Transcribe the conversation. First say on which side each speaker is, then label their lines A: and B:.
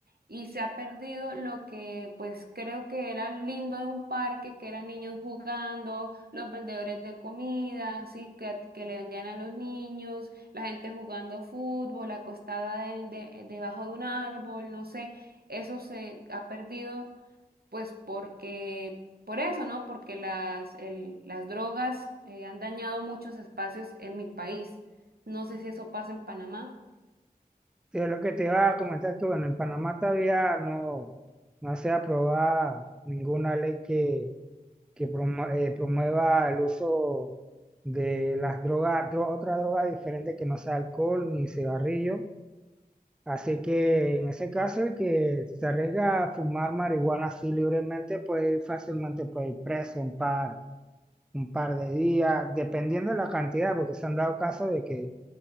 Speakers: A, on the right (about 80°); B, in the centre.
A: y se ha perdido lo que pues creo que era lindo de un parque, que eran niños jugando, los vendedores de comida, así que, que le vendían a los niños, la gente jugando fútbol, acostada de- de- debajo de un árbol, no sé, eso se ha perdido pues porque, por eso, ¿no? Porque las, el- las drogas eh, han dañado muchos espacios en mi país. No sé si eso pasa en Panamá.
B: Sí, es lo que te iba a comentar que, bueno, en Panamá todavía no, no se ha aprobado ninguna ley que, que promu- eh, promueva el uso de las drogas, dro- otra droga diferente que no sea alcohol ni cigarrillo. Así que en ese caso, el que se arriesga a fumar marihuana así libremente puede ir fácilmente puede ir preso un par, un par de días, dependiendo de la cantidad, porque se han dado casos de que